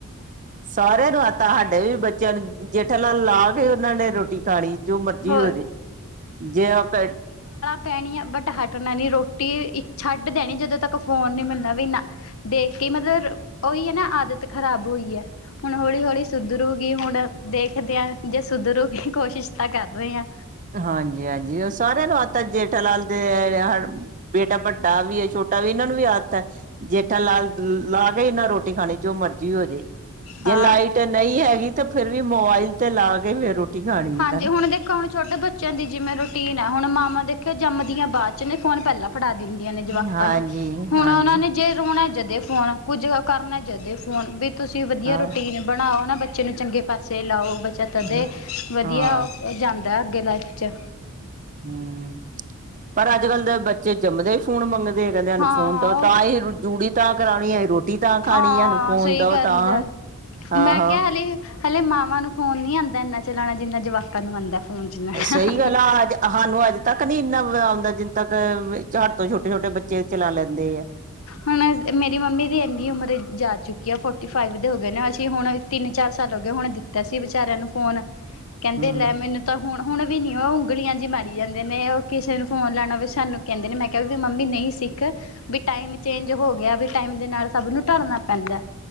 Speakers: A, on the right (about 35°); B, on the left (about 70°).
A: ਸਾਰਿਆਂ ਨੂੰ ਆਦਤ ਆ ਸਾਡੇ ਵੀ ਬੱਚਿਆਂ ਨੂੰ ਜੇਠ ਲਾਲ ਲਾ ਕੇ ਉਹਨਾਂ ਨੇ ਰੋਟੀ ਖਾਣੀ। ਜੋ ਮਰਜ਼ੀ
B: ਹੋਰ
A: ਹੋ ਜਾੇ ਜੇ ਆਪ
B: ਪੈਣੀ ਆ ਬਟ ਹੱਟ ਉਹਨਾਂ ਦੀ ਰੋਟੀ ਇੱਕ ਛੱਡ ਦੇਣੀ ਜਦੋਂ ਤੱਕ ਫੋਨ ਨਹੀਂ ਮਿਲਣਾ ਵੀ ਇੰਨਾ ਦੇਖ ਕੇ ਮਤਲਬ ਉਹਈ ਹੈ ਨਾ ਆਦਤ ਖਰਾਬ ਹੋਈ ਹੈ ਹੁਣ ਹੌਲੀ ਹੌਲੀ ਸੁਧਰੂਗੀ ਹੁਣ ਦੇਖਦੇ ਹਾਂ ਜੇ ਸੁਧਰੂਗੀ ਕੋਸ਼ਿਸ਼ ਤਾਂ ਕਰਦੇ ਹਾਂ
A: ਹਾਂਜੀ ਹਾਂਜੀ ਉਹ ਸਾਰਿਆਂ ਨੂੰ ਆਤਾ ਜੇ <unintelligible> ਬੇਟਾ ਵੱਡਾ ਵੀ ਹੈ ਛੋਟਾ ਵੀ ਇਹਨਾਂ ਨੂੰ ਵੀ ਆਦਤ ਹੈ ਜੇਠਾ ਲਾਲ ਲਾ ਕੇ ਇਹਨਾਂ ਰੋਟੀ ਖਾਣੀ ਜੋ ਮਰਜ਼ੀ ਹੋ ਜੇ ਜੇ
B: ਹਾਂ
A: ਲਾਈਟ ਨਹੀਂ ਹੈਗੀ ਤਾਂ ਫੇਰ ਵੀ ਮੋਬਾਈਲ ਤੇ ਲਾ ਕੇ ਫਿਰ ਖਾਣੀ
B: ਹਾਂਜੀ
A: ਇਹਨਾਂ ਨੇ
B: ਹੁਣ ਦੇ ਹੁਣ ਛੋਟੇ ਬੱਚਿਆਂ ਦੀ ਜਿਵੇਂ ਰੂਟੀਨ ਹੈ ਹੁਣ ਮਾਮਾ ਦੇਖਿਆ ਜੰਮਦੀਆਂ ਬਾਦ ਚ ਨੇ ਫੋਨ ਪਹਿਲਾਂ ਫੜਾ ਦਿੰਦੀਆਂ ਨੇ ਜਵਾਕਾਂ
A: ਹਾਂਜੀ
B: ਨੂੰ ਹੁਣ
A: ਹਾਂਜੀ
B: ਉਹਨਾਂ ਨੇ ਜੇ ਰੋਣਾ ਜਦੇ ਫੋਨ ਕੁਝ ਕਰਨਾ ਜਦੇ ਫੋਨ ਵੀ ਤੁਸੀਂ ਵਧੀਆ
A: ਹਾਂ
B: ਰੂਟੀਨ ਬਣਾਓ ਨਾ ਬੱਚੇ ਨੂੰ ਚੰਗੇ ਪਾਸੇ ਲਾਓ ਬੱਚਾ ਤਦੇ
A: ਹਾਂ
B: ਵਧੀਆ
A: ਹਾਂ
B: ਉਹ ਜਾਂਦਾ ਅੱਗੇ ਲਾਈਫ 'ਚ
A: ਹੂੰ ਪਰ ਅੱਜ ਕੱਲ੍ਹ ਦੇ ਬੱਚੇ ਜੰਮਦੇ ਹੀ ਫੋਨ ਮੰਗਦੇ ਆ ਕਹਿੰਦੇ ਸਾਨੂੰ
B: ਹਾਂ
A: ਫੋਨ ਤਾਂ
B: ਉਹ
A: ਤਾਂ ਅਸੀ ਜੂੜੀ ਤਾਂ ਕਰਾਉਣੀ ਅਸੀ ਰੋਟੀ ਤਾਂ ਖਾਣੀ
B: ਹਾਂ
A: ਐਂ ਹੁੰ
B: ਸਹੀ
A: ਦ
B: ਗੱਲ
A: ਤਾਂ
B: ਹੈ ਮੈਂ
A: ਆਹ ਹਾਂ
B: ਕਿਹਾ ਹਲੇ ਹਲੇ ਮਾਵਾਂ ਨੂੰ ਫੋਨ ਨੀ ਆਉਂਦਾ ਇਨਾ ਚਲਾਉਣਾ ਜਿੰਨਾ ਜਵਾਕ ਨੂੰ ਆਉਂਦਾ ਫੋਨ ਚੈ
A: ਸਹੀ ਗੱਲ ਆ ਅੱਜ ਸਾਨੂੰ ਅੱਜ ਤੱਕ ਨੀ ਇੰਨਾ ਆਉਂਦਾ ਜਿੰਨ ਕ ਸਾਥੋਂ ਛੋਟੇ ਛੋਟੇ ਬੱਚੇ ਚਲਾ ਲੈਂਦੇ ਆ
B: ਹੁਣ ਮੇਰੀ ਮੰਮੀ ਦੀ ਇੰਨੀ ਉਮਰ ਜਾ ਚੁੱਕੀ ਆ ਫੋਟੀ ਫਾਈਵ ਦੇ ਹੋ ਗਏ ਨੇ ਅਸੀਂ ਹੁਣ ਤਿੰਨ ਚਾਰ ਸਾਲ ਹੋ ਗਏ ਹੁਣ ਦਿੱਤਾ ਸੀ ਵਿਚਾਰਿਆਂ ਨੂੰ ਫੋਨ ਕਹਿੰਦੇ
A: ਹਮ
B: ਲੈ ਮੈਨੂੰ ਤਾਂ ਹੁਣ ਹੁਣ ਵੀ ਨੀ ਉਹ ਉਂਗਲੀਆਂ ਜਿ ਮਾਰੀ ਜਾਂਦੇ ਨੇ ਉਹ ਕਿਸੇ ਨੂੰ ਫੋਨ ਲੈਣਾ ਵੀ ਸਾਨੂੰ ਕਹਿੰਦੇ ਨੇ ਮੈਂ ਵੀ ਮੰਮੀ ਨਹੀਂ ਸਿੱਖ ਵੀ ਟਾਈਮ ਚੇਂਜ ਹੋ ਗਿਆ ਵੀ ਟਾਈਮ ਦੇ ਨਾਲ ਸਭ ਨੂੰ ਢਲ਼ਨਾ ਪੈਂਦਾ